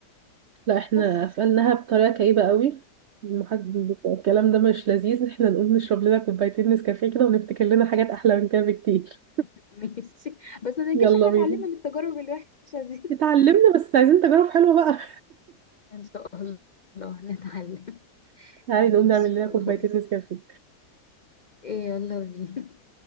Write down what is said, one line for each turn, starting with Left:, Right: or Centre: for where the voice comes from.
Right: لا احنا
Left: بس
Right: قفلناها بطريقه كئيبه قوي المحد الكلام ده مش لذيذ احنا نقوم نشرب لنا كوبايتين نسكافيه كده ونفتكر لنا حاجات احلى من كده بكتير
Left: <laughs> ماشي بس ما ننكرش
Right: يلا
Left: احنا
Right: بينا
Left: اتعلمنا من التجارب الوحشة دي
Right: اتعلمنا بس عايزين تجارب حلوه بقى
Left: <laughs> ان شاء الله نتعلم
Right: <laughs> تعالي
Left: ماشي
Right: نقوم نعمل لنا
Left: خلاص
Right: كوبايتين نسكافيه
Left: إيه، يلا بينا